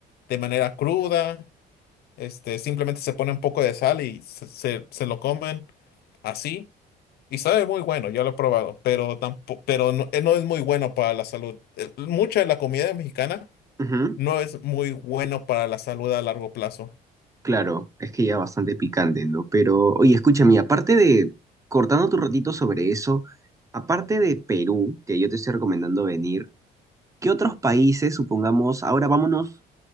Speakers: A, on the left; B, on the right.
A: de manera cruda, este, simplemente se pone un poco de sal y se, se- se lo comen así. Y sabe muy bueno, yo lo he probado, pero tampoco, pero no, eh, no es muy bueno para la salud. Eh, Mucha de la comida mexicana
B: Ujú,
A: no es muy bueno para la salud a largo plazo.
B: Claro, es que ya bastante picante, ¿no? Pero, oye, escúchame, aparte de, cortando tu ratito sobre eso, aparte de Perú, que yo te estoy recomendando venir, ¿qué otros países, supongamos, ahora vámonos